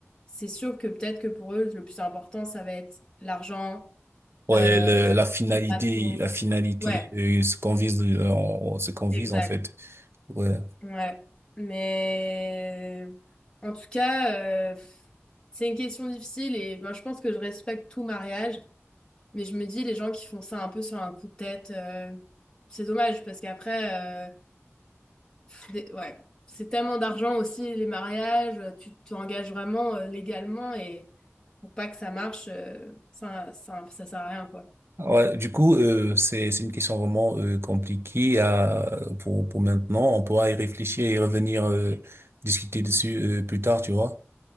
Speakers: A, on the left; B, on the right.
A: c'est sûr que peut-être que pour eux, le plus important, ça va être l'argent,
B: Ouais,
A: euh,
B: le- la finalité,
A: les passions.
B: la finalité,
A: Ouais,
B: euh, ce qu'on vise, euh, on- ce qu'on vise
A: exact.
B: en fait. Ouais.
A: Ouais, mais en tout cas, euh, c'est une question difficile et ben, je pense que je respecte tout mariage, mais je me dis les gens qui font ça un peu sur un coup de tête, euh, c'est dommage parce qu'après, euh, pff, des- ouais, c'est tellement d'argent aussi les mariages, euh, tu t'engages vraiment euh, légalement et pour pas que ça marche, euh, ça, ça, ça sert à rien quoi.
B: Ouais, du coup, euh, c'est c'est une question vraiment euh, compliquée à pour pour maintenant. On pourra y réfléchir et revenir euh, discuter dessus euh, plus tard, tu vois.